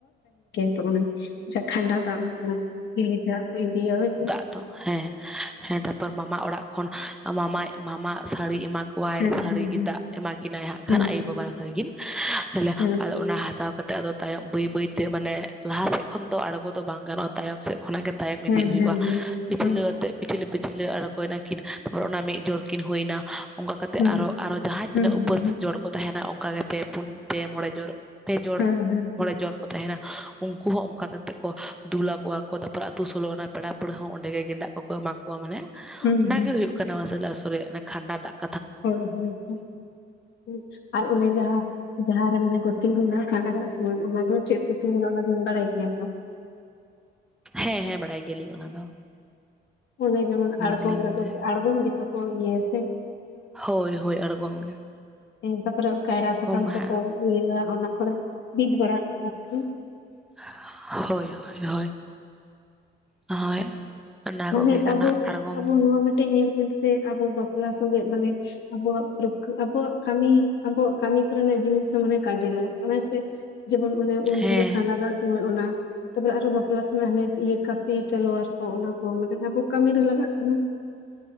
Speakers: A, on the left; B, in the centre.
A: <unintelligible> ᱡᱮ ᱠᱷᱟᱱᱰᱟ ᱫᱟᱜ ᱢᱟᱛᱞᱟᱵ ᱴᱷᱤᱞᱤ ᱛᱮ ᱦᱟᱸᱜ ᱠᱚ ᱤᱫᱤᱭᱟ ᱦᱳᱭ ᱥᱮ ᱾
B: ᱟᱫᱚ ᱦᱮᱸ ᱾ ᱦᱮᱸ ᱛᱟᱨᱯᱚᱨ ᱢᱟᱢᱟ ᱚᱲᱟᱜ ᱠᱷᱚᱱ ᱢᱟᱢᱟᱭ ᱢᱟᱢᱟ ᱥᱟᱹᱲᱤ ᱮᱢᱟ ᱠᱚᱣᱟᱭ
A: ᱦᱮᱸ
B: ᱥᱟᱹᱲᱤ
A: ᱦᱮᱸ
B: ᱜᱮᱸᱫᱟᱜ ᱮᱢᱟ ᱠᱤᱱᱟᱭ ᱦᱟᱸᱜ
A: ᱦᱮᱸ
B: ᱠᱷᱟᱱ ᱟᱭᱳᱼᱵᱟᱵᱟ ᱛᱟᱠᱤᱱ, ᱛᱟᱦᱚᱞᱮ
A: ᱦᱮᱸ
B: ᱟᱫᱚ ᱚᱱᱟ ᱦᱟᱛᱟᱣ ᱠᱟᱛᱮᱫ ᱟᱫᱚ ᱛᱟᱭᱚᱢ ᱵᱟᱹᱭ ᱵᱟᱹᱭ ᱛᱮ ᱢᱟᱱᱮ ᱞᱟᱦᱟ ‌ᱥᱮᱫ ᱠᱷᱚᱱ ᱫᱚ ᱟᱸᱬᱜᱚ ᱫᱚ ᱵᱟᱝ ᱜᱟᱱᱚᱜᱼᱟ ᱛᱟᱭᱚᱢ ᱥᱮᱫ ᱠᱷᱚᱱ ᱜᱮ ᱛᱟᱭᱚᱢ ᱤᱫᱤᱜ
A: ᱦᱮᱸ
B: ᱦᱩᱭᱩᱜᱼᱟ,
A: ᱦᱮᱸ ᱦᱮᱸ
B: ᱯᱤᱪᱷᱞᱟᱹ
A: ᱦᱮᱸ
B: ᱟᱛᱮᱫ ᱯᱤᱪᱷᱞᱟᱹ ᱯᱤᱪᱷᱞᱟᱹ ᱟᱬᱜᱚᱭ ᱱᱟᱹᱠᱤᱱ, ᱛᱟᱨᱯᱚᱨ ᱚᱱᱟ ᱢᱤᱫ ᱡᱚᱰ ᱠᱤᱱ ᱦᱩᱭ ᱱᱟ ᱾ ᱚᱱᱠᱟ ᱠᱟᱛᱮᱫ
A: ᱦᱮᱸ
B: ᱟᱨᱦᱚᱸ ᱟᱨᱦᱚᱸ ᱡᱟᱦᱟᱸᱭ ᱛᱤᱱᱟᱹᱜ
A: ᱦᱮᱸ
B: ᱩᱯᱟᱹᱥ
A: ᱦᱮᱸ
B: ᱡᱚᱲ ᱠᱚ ᱛᱟᱦᱮᱸᱱᱟ ᱚᱱᱠᱟ ᱜᱮ ᱯᱮ, ᱯᱩᱱ, ᱢᱚᱬᱮ, ᱡᱚᱲ ᱯᱮ ᱡᱚᱲ
A: ᱦᱮᱸ
B: ᱢᱚᱲᱮ ᱡᱚᱲ ᱠᱚ ᱛᱟᱦᱮᱸᱱᱟ ᱩᱱᱠᱩ ᱦᱚᱸ ᱚᱱᱠᱟ ᱠᱟ ᱛᱮᱜ ᱠᱚ ᱫᱩᱞ ᱟᱠᱚᱣᱟ ᱠᱚ ᱛᱟᱨᱯᱚᱨᱮ ᱟᱛᱳ ᱥᱳᱞᱳ ᱟᱱᱟ ᱯᱮᱲᱟ ᱯᱟᱹᱲᱦᱟᱹ ᱦᱚᱸ ᱚᱸᱰᱮᱜ ᱜᱮᱸᱫᱟ ᱠᱚᱠᱚ ᱮᱢᱟ ᱠᱚᱣᱟ, ᱢᱟᱱᱮ
A: ᱦᱮᱸ
B: ᱚᱱᱟᱜ
A: ᱦᱮᱸ
B: ᱜᱮ ᱦᱩᱭᱩᱜ ᱠᱟᱱᱟ ᱢᱟᱥᱮᱞᱮ ᱟᱥᱚᱞ ᱠᱷᱟᱸᱱᱰᱟ ᱫᱟᱜ ᱾
A: ᱦᱳᱣ ᱦᱳᱣ ᱦᱳᱭ, ᱟᱨ ᱚᱱᱮ ᱡᱟᱦᱟᱸ ᱨᱮ ᱢᱟᱱᱮ ᱠᱚ ᱛᱤᱸᱜᱩᱱᱟ ᱠᱷᱟᱸᱰᱟ ᱫᱟᱜ ᱥᱚᱢᱚᱭ ᱚᱱᱟ ᱫᱚ ᱪᱮᱫ ᱠᱚ ᱛᱤᱸᱜᱩᱱᱟ ᱚᱱᱟ ᱫᱚᱢ ᱵᱟᱲᱟᱭ ᱜᱮᱭᱟ ᱛᱚ?
B: ᱦᱮᱸ ᱦᱮᱸ, ᱵᱟᱲᱟᱭ ᱜᱮᱭᱟᱞᱤᱧ ᱚᱱᱟ ᱫᱚ᱾
A: ᱚᱱᱮ ᱡᱮᱢᱚᱱ
B: ᱚᱱᱟ
A: ᱟᱬᱜᱚᱢ
B: ᱫᱚᱞᱤᱧ
A: ᱨᱮᱠᱚ,
B: ᱵᱟᱰᱟᱭᱟ
A: ᱟᱬᱜᱚᱢ ᱜᱮᱛᱚ ᱠᱚ ᱤᱭᱟᱹᱭᱟ ᱥᱮ?
B: ᱦᱳᱣ‌‌ ᱦᱳᱣ, ᱟᱬᱜᱚᱢ ᱾
A: ᱛᱟᱨᱯᱚᱨᱮ ᱠᱟᱭᱨᱟ ᱥᱟᱠᱟᱢ
B: ᱦᱮᱸ
A: ᱠᱚᱠᱚ ᱤᱭᱟᱹᱭᱟ ᱚᱱᱟ ᱠᱚᱨᱮ ᱾ ᱵᱤᱫ ᱵᱟᱲᱟ ᱟᱨᱠᱤ
B: ᱦᱳᱣ ᱦᱳᱣ ᱦᱳᱭ, ᱦᱳᱭ ᱚᱱᱟ
A: ᱢᱟᱱᱮ
B: ᱠᱚᱜᱮ ᱠᱟᱱᱟ
A: ᱟᱵᱚ
B: ᱟᱬᱜᱚᱢ
A: ᱟᱵᱚ ᱱᱚᱣᱟ ᱢᱤᱫᱴᱮᱡ ᱧᱮᱞ ᱵᱤᱱ ᱥᱮ ᱟᱵᱚ ᱵᱟᱯᱞᱟ ᱥᱚᱸᱜᱮᱜ ᱢᱟᱱᱮ ᱟᱵᱚᱣᱟᱜ <unintelligible> ᱟᱵᱚᱣᱟᱜ ᱠᱟᱹᱢᱤ ᱟᱵᱚᱣᱟᱜ ᱠᱟᱹᱢᱤ ᱠᱚᱨᱮᱱᱟᱜ ᱡᱤᱱᱤᱥ ᱦᱚᱸ ᱢᱟᱱᱮ ᱠᱟᱡᱮ ᱞᱟᱜᱟᱜ ᱠᱟᱱᱟ ᱦᱮᱸᱥᱮ ᱾ ᱡᱮᱢᱚᱱ ᱚᱱᱮ ᱩᱱ
B: ᱦᱮᱸ
A: ᱥᱚᱢᱢᱚᱭ ᱠᱷᱟᱜ ᱥᱩᱢᱚᱭ ᱚᱱᱟ, ᱛᱟᱯᱚᱨᱮ ᱟᱨᱚ ᱵᱟᱯᱞᱟ ᱥᱳᱢᱚᱭ ᱦᱟᱱᱮ ᱤᱭᱟᱹ ᱠᱟᱯ ᱯᱤ ᱛᱟᱞᱣᱟᱨ ᱠᱚ ᱚᱱᱟ ᱠᱚ ᱢᱟᱱᱮ ᱟᱵᱚ ᱠᱟᱹᱢᱤ ᱨᱮ ᱞᱟᱜᱟᱜ ᱠᱟᱱᱟ ᱾